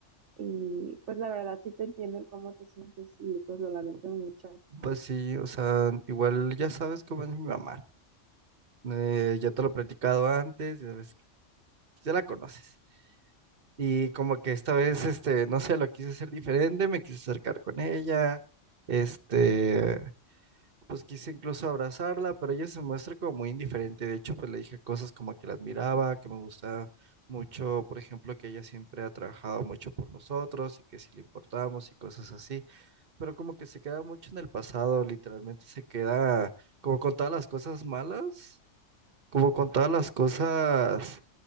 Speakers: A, on the right; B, on the right.
A: Y pues la verdad sí te entiendo el cómo te sientes y pues lo lamento mucho.
B: Pues sí, o sea, igual ya sabes cómo es mi mamá, eh, ya te lo he platicado antes, ya ves- ya la conoces. Y como que esta vez, este, no sé, lo quise hacer diferente, me quise acercar con ella, este, pues quise incluso abrazarla, pero ella se muestra como muy indiferente. De hecho, pues le dije cosas como que la admiraba, que me gustaba mucho, por ejemplo, que ella siempre ha trabajado mucho por nosotros y que si le importábamos y cosas así, pero como que se queda mucho en el pasado, literalmente se queda como con todas las cosas malas, como con todas las cosas